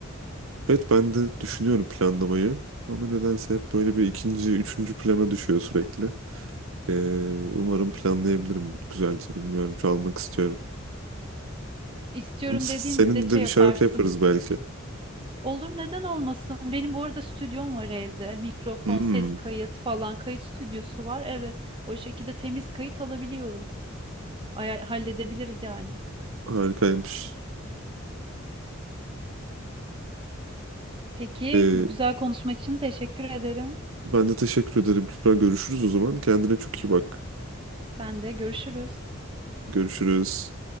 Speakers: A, on the right; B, on the right.
A: Evet ben de düşünüyorum planlamayı. Ama nedense hep böyle bir ikinci, üçüncü plana düşüyor sürekli. Ee, umarım planlayabilirim güzelce bilmiyorum. Çalmak istiyorum.
B: İstiyorum
A: Ama s-
B: dediğin
A: Seninle
B: müddetçe
A: de
B: yaparsın.
A: bir şarkı yaparız
B: <laughs>
A: belki.
B: Olur neden olmasın? Benim bu arada stüdyom var evde. Mikrofon,
A: Hmm,
B: ses kayıt falan. Kayıt stüdyosu var. Evet. O şekilde temiz kayıt alabiliyorum. Ay- halledebiliriz yani.
A: harikaymış.
B: Peki
A: Ee,
B: bu güzel konuşma için teşekkür ederim.
A: ben de teşekkür ederim Kübra. Görüşürüz o zaman. Kendine çok iyi bak.
B: Sen de görüşürüz.
A: Görüşürüz.